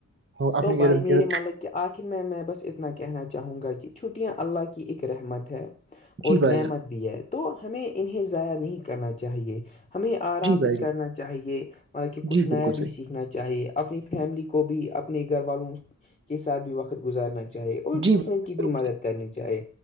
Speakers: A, on the right; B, on the left.
A: ہو اپنے
B: تو بھائی
A: ارن
B: میرے
A: کرت
B: مطلب کہ آخر میں میں بس اتنا کہنا چاہوں گا کہ چھٹیاں اللہ کی اک رحمت ہے
A: اچھی
B: اور
A: پائے
B: نعمت
A: جائیں
B: بھی ہے تو ہمیں انہیں ضائع نہیں کرنا چاہیے ہمیں آرام
A: جی بھائی
B: بھی
A: جان
B: کرنا چاہیے مطل کہ کچھ
A: جی
B: نیا
A: بالکل
B: بھی
A: صحیح
B: سیکھ چاہیے اپنی فیملی کو بھی اپنے گھر والوں کے ساتھ بھی وقت گزارنا چاہے اور
A: جی
B: دوسرے
A: بھائی
B: کی بھی
A: جان،
B: مدد کرنی چاہے